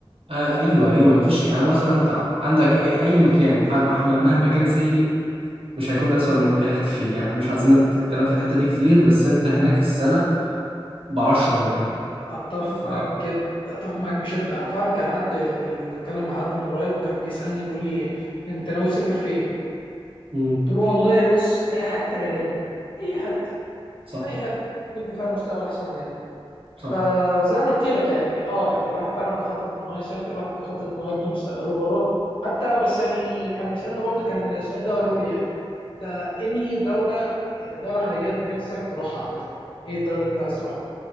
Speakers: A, on the right; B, on the left.
A: آه ايوه ايوه مفيش يعني مثلا انت عندك اي اي مكان مح- مهما مهما كان سيء مش هيكون أسوأ من المكان اللي احنا فيه يعني احنا مش عايزين نتكلم في الحتة دي كتير بس انت هناك السنة بعشرة من هنا
B: اتفق
A: ف
B: معاك جد اتفق معاك بشده انا فعلا كان حد يعني كنت بتكلم مع حد من قريب وكان بيسالني بيقول لي انت ناوي تسافر فين؟
A: مم.
B: قلت له والله بص اي حته غير هنا اي حته
A: صح
B: اي حته هتبني فيها مستقبل احسن من هنا فزي
A: صح
B: ما قلت لك يعني اه يعني الواحد فعلا بيخطط ان هو يسافر الواحد بيخطط ان هو يبني مستقبله بره حتى بس يعني كان بيسالني برضه كان السؤال ده هو لي يعني انت انهي دوله آه، دوله خليجيه انت نفسك تروحها عامه يعني ايه الدوله اللي انت عايز تروحها؟